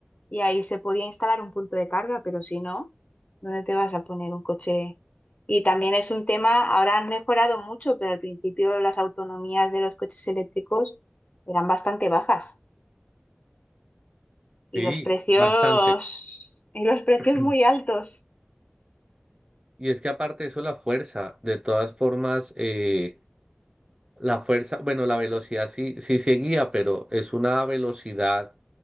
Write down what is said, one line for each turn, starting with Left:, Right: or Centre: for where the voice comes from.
Left: y ahí se podía instalar un punto de carga, pero si no, ¿dónde te vas a poner un coche? Y también es un tema, ahora han mejorado mucho, pero al principio las autonomías de los coches eléctricos eran bastante bajas y
Right: sí,
Left: los precios,
Right: bastante.
Left: y los precios
Right: <clears throat>
Left: muy altos.
Right: Y es que aparte de eso, la fuerza, de todas formas, eh, La fuerza, bueno, la velocidad sí, sí seguía, pero es una velocidad